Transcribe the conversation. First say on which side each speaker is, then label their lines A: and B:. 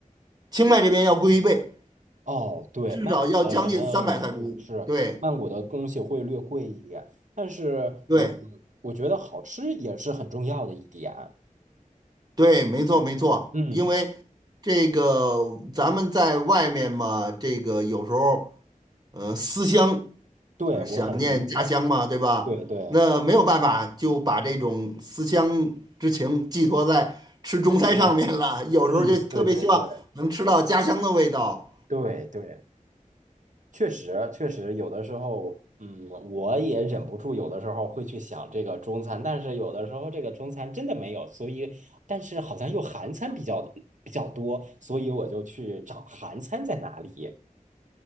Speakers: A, on the right (about 30°); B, on the right (about 60°).
A: 清迈这边要贵一倍，
B: 哦，对，
A: 至少要将近三百泰铢。
B: 曼谷的什么是是曼谷的东西会略贵一点，
A: 对
B: 但是嗯，
A: 对
B: 我觉得好吃也是很重要的一点，
A: 对，没错没错，
B: 嗯，
A: 因为这个咱们在外面嘛，这个有时候呃思乡。
B: 对，
A: 就是想念家乡嘛，
B: 我很理解，
A: 对吧？
B: 对对，
A: 那没有办法，就把这种思乡之情寄托在吃中餐上面了。
B: 很正常
A: 有时候就特别希望能吃到家乡的味道。
B: 嗯，对对对对对。确实，确实，有的时候，嗯，我也忍不住，有的时候会去想这个中餐，但是有的时候这个中餐真的没有，所以，但是好像又韩餐比较比较多，所以我就去找韩餐在哪里。